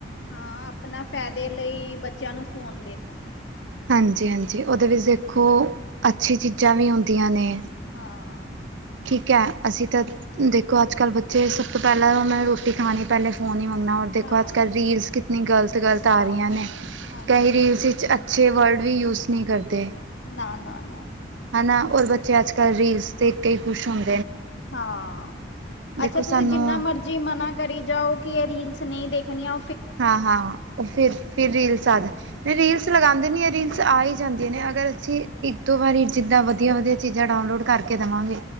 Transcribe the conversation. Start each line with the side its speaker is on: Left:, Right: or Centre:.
Left: ਹਾਂ ਆਪਣਾ ਫੈਦੇ ਲਈ ਬੱਚਿਆਂ ਨੂੰ ਫੋਨ ਦੇਤਾ।
Right: ਹਾਂਜੀ-ਹਾਂਜੀ ਉਦੇ ਵਿੱਚ ਦੇਖੋ ਅੱਛੀ ਚੀਜ਼ਾਂ ਵੀ ਹੁੰਦੀਆਂ ਨੇ।
Left: ਹਾਂ।
Right: ਠੀਕ ਐ ਅਸੀਂ ਤਾਂ ਦੇਖੋ ਅੱਜ ਕੱਲ ਬੱਚੇ ਸਭ ਤੋਂ ਪੈਲਾਂ ਮੈਂ ਰੋਟੀ ਖਾਣੀ ਪੈਲੇ ਫੋਨ ਈ ਮੰਗਣਾ। ਦੇਖੋ
Left: ਹਾਂ,
Right: ਅੱਜ ਕੱਲ ਰੀਲਸ ਕਿੰਨੀ ਗਲਤ-ਗਲਤ
Left: ਹਾਂ
Right: ਆ ਰਈਆਂ ਨੇ
Left: ਹਾਂਜੀ
Right: ਕਈ ਰੀਲਸ ਇਚ ਅੱਛੇ ਵਰਡ ਵੀ ਯੂਜ ਨੀ ਕਰਦੇ
Left: ਨਾ ਨਾ ਨਾ
Right: ਹਨਾ ਔਰ ਬੱਚੇ ਅੱਜ
Left: ਹਮ
Right: ਕੱਲ ਰੀਲਸ ਦੇਖ ਕੇ ਈ ਖੁਸ਼ ਹੁੰ
Left: ਹਾਂ,
Right: ਦੇਖੋ
Left: ਅੱਛਾ ਤੁਸੀਂ
Right: ਸਾਨੂੰ
Left: ਜਿੰਨਾ ਮਰਜ਼ ਜੀ ਮਨਾ ਕਰੀ ਜਾਓ ਕਿ ਏ ਰੀਲਸ ਨਈ ਦੇਖਣੀਆ
Right: ਹਾਂ-ਹਾਂ ਉਹ ਫਿਰ-ਫਿਰ ਰੀਲਸ ਆ ਜਾਂਦੀ ਰੀਲਸ ਲਗਾਂਦੇ ਨੀ ਐ ਰੀਲਸ ਆ ਹੀ ਜਾਂਦੀਆ ਨੇ। ਅਗਰ ਅਸੀਂ ਇੱਕ ਦੋ ਵਾਰੀ ਜਿੱਦਾਂ ਵਧੀਆ-ਵਧੀਆ ਚੀਜ਼ਾਂ ਡਾਊਨਲੋਡ ਕਰਕੇ ਦੇਵਾਂਗੇ